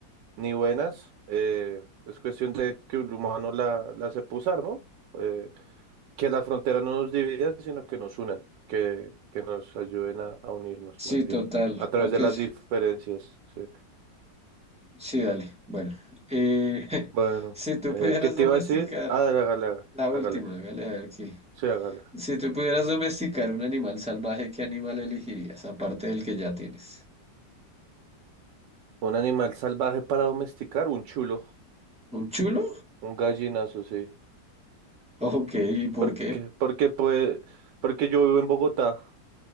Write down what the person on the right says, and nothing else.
ni buenas, eh, es cuestión de que un humano la, la sepa usar, ¿no? Eh, que las fronteras no nos dividan, sino que nos unan, que, que nos ayuden a, a unirnos
más
bien, a través
de las
diferencias, sí.
Bueno,
eh,
¿qué te
iba a decir? Ah, dale, hágale, hágale,
hágale,
sí, hágale.
Un animal salvaje para domesticar, un chulo,
un gallinazo, sí.
Porque,
porque, pues, porque yo vivo en Bogotá